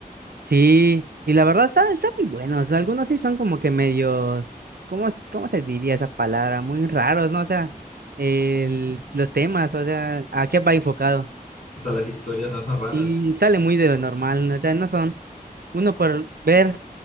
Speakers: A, on the right; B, on the left.
A: Sí, y la verdad está, está muy buenos, algunos sí son como que medios, ¿cómo, es- cómo se diría esa palabra? Muy raros, ¿no? O sea, el, los temas, o sea, ¿a qué va enfocado?
B: Hasta las historias no son raras.
A: Y sale muy de lo normal, ¿no? O sea, no son, uno por ver